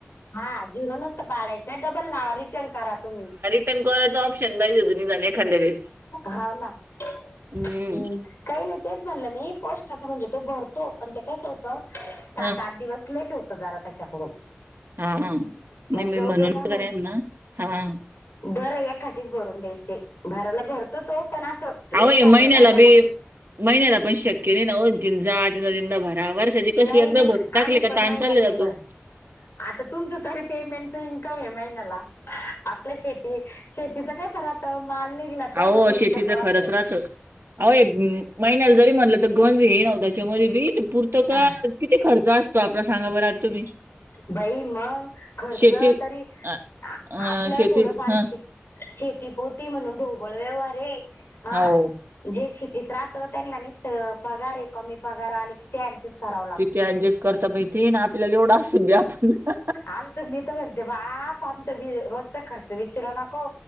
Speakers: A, on the left (about 75°); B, on the right (about 75°).
A: हा झेरो नसत, काडाच डबल लावा रिटर्न करा तुम्ही.
B: रेटन करायच, ऑपशन पाहिजे होता एकादरा वेळेस,
A: हाव ना हम,
B: हम्म
A: काही नाही तेच म्हणलं मी, पोस्टा, च म्हणजे तो भरतो पण ते कसं होतं सात
B: ह
A: आठ दिवस. लेट होत. जरा त्याच्याकडून,
B: हा हा, नाही
A: मग
B: मी
A: जाऊ
B: म्हणून
A: दे ना
B: कानी
A: मग
B: हेना, हा, हा
A: बरं या एखादी भरून द्यायचे, भराला भरतो तो, पण असं. लेट
B: अहो
A: भरला
B: महिन्याला
A: जात मग
B: बी, महिन्याला पण शक्य नाही, ना हो त <unintelligible> हा वर्षाची कशी
A: नाही
B: एकदा
A: नाही
B: भरून टाकले,
A: आम्ही
B: का
A: पण
B: ताण
A: महिन्याला
B: चालल
A: नाही
B: जातो,
A: भरत आता तुमचं तरी पेमेंटच इन्कम आहे, महिन्याला आपल्या, शेती शेतीचा कस राहतं माल, निघाला की,
B: अहो
A: त्यावरच
B: शेतीचं
A: इन्कम राहतं.
B: खरंच महिन्याला जरी म्हणलं तर गंज हे नव त्याच्या म बीट पुरतं का
A: हा
B: किती खर्च असतो, आपला सांगा बर आात तुम्ही,
A: बाई मग खर्च
B: शेती
A: तरी
B: अ अ
A: आपलं
B: शेतीच
A: थोडं फारशी
B: हं
A: शेती पोती म्हणून ढोबळ व्यवहार आहे हा
B: हो
A: जे शिटीत राहत त्यांना निित पगार आहे कमी पगार आले ते ऍडजस्ट करा
B: तिथे ऍडजस्ट करता माहिती ना आपल्याला एवढं असू द्या आपण
A: आमचं मी तर म्हणते बाप आमचा मी रोजचा खर्च विचारू नको